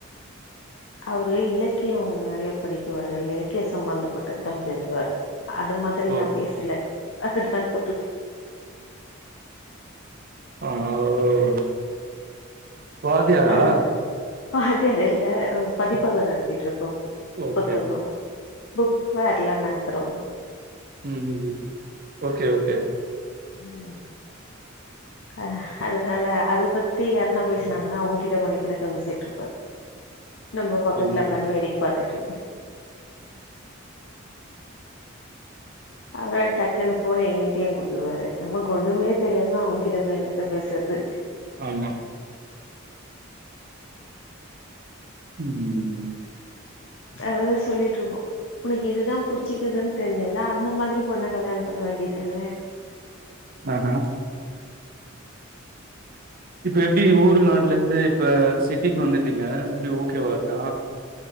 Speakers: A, on the left; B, on the right.
A: அவரு இலக்கிய நெறைய படிக்குவாரு இலக்கிய சம்பந்தப்பட்டதா பேசுவாரு அது மாதிரி
B: ஓ
A: நா பேசல அதனால பு
B: ஆ ஓ வாத்தியாரா
A: ஆஹ் வாதியாரில்ல ஓ பதிப்பக நடத்திட்ருக் கம்
B: ஓகே
A: புத்தகம் புக் ஃபேர்ல்லா நடத்துறொ
B: ம் ஓகே ஓகே
A: உம் ஹ அதனால அத பத்தி யார்னா பேசுனாங்ன்னா அவுங்கிட்ட மணிக்கணக்கா பேசிட்ருப்பாரு நம்ம பக்கத்துல
B: புரிஞ்சு.
A: ஒக்காந்து வேடிக் பாத்துட்ரு அவர் டக்குன்னு போன எங்கிட்டயு குடுத்துருவாரு நமக்கு ஒண்ணுமே தெரியாம அவுங்கிட்ட போய் என்னத்த பேசுறதுன்டு
B: ஆமா உம்
A: அத சொல்லிட்டு இருக்கோ உனக்கு இதுதா புடிச்சிக்குது தெரிஞ்சிருந்தா அந்த மாதிரி பொண்ண கல்யாணம் பண்ண வேண்டியதானே
B: அஹ ஹா இப்ப எப்டி ஊர் நாட்டுல இருந்து இப்ப சிட்டிக்கு வந்துட்டீங்க எப்டி ஓக்கேவா அந்தா